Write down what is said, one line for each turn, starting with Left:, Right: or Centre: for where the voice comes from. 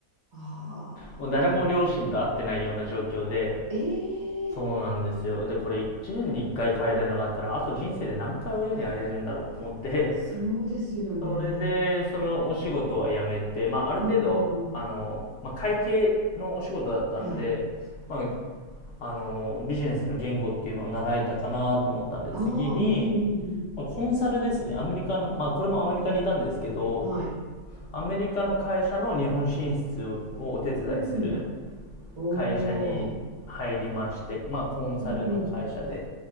Right: ああ、
Left: もう誰も両親と会ってないような状況で、
Right: ええ
Left: そうなんですよ。で、これ1年に1回帰れなかったら、あと人生で何回親に会えるんだろうと思って、
Right: そうですよね。
Left: <laughs> それで、そのお仕事は辞めて、まあ、ある程度、
Right: うんうんうん。
Left: あの、まあ、会計のお仕事だったんで、
Right: はい。
Left: まあ、あの、ビジネスの言語っていうのを習えたかなと思ったんで、
Right: ああ、
Left: 次に、
Right: うんうん
Left: まあ、コンサルですね。アメリカの、まあ、これもアメリカにいたんですけど、
Right: うん。はい。
Left: アメリカの会社の日本進出をお手伝いする
Right: うん。お
Left: 会社に入りまして、
Right: お。
Left: まあ、コンサルの会社で。
Right: うんうん。